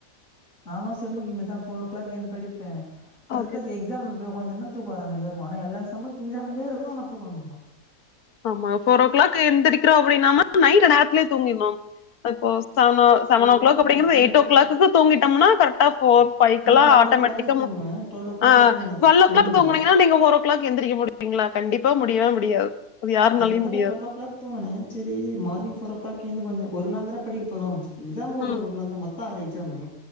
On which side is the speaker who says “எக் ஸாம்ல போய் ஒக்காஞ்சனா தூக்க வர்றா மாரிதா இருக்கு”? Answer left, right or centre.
Left